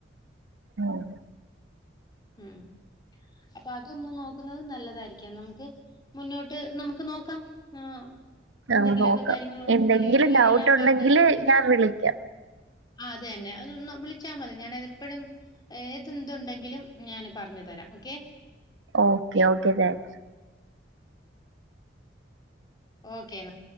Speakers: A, on the right; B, on the left.
A: ഓഹ്
B: ഉം അപ്പൊ അതൊന്നു നോക്ക് ക്കുന്നത് നല്ലതായിരിക്കാം നമുക്ക് മുന്നോട്ട് നമുക്ക് നക്ക് നോക്കാം ആ എന്തെങ്കിലുമൊക്കെ
A: ആഹ് നോക്കാം.
B: കാര്യങ്ങളുണ്ടെങ്കിൽ
A: എന്തെങ്കിലും
B: ഈ ഒരു
A: ഡൗട്ടുണ്ടെങ്കില്
B: ഞാൻ പറഞ്ഞ
A: ഞാൻ വിളിക്കാം.
B: ആ അത തന്നെ അതൊ ന്നു വിളിച്ചാൽ മതി ഞാാനതെപ്പോഴും ഏതെന്തുണ്ടെങ്ക എങ്കിലും ഞാന് പറഞ്ഞു തരാം okay
A: okay okay thanks
B: okay എന്നാ